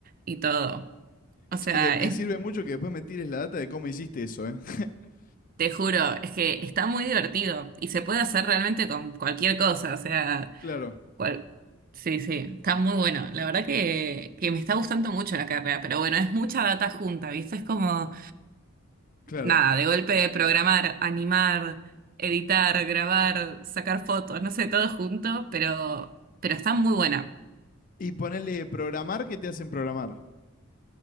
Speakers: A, on the right (about 40°); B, on the left (about 40°).
A: y todo. O
B: Che,
A: sea,
B: de- me
A: es,
B: sirve mucho que después me tires la data de cómo hiciste eso, ¿eh? <laughs>
A: te juro, es que está muy divertido y se puede hacer realmente con cualquier cosa, o sea,
B: Claro,
A: cual- sí, sí, está muy bueno. La verdad que, que me está gustando mucho la carrera, pero bueno, es mucha data junta, ¿viste? Es como...
B: claro.
A: Nada, de golpe programar, animar, editar, grabar, sacar fotos, no sé, todo junto, pero, pero está muy buena.
B: Y ponele programar, ¿qué te hacen programar?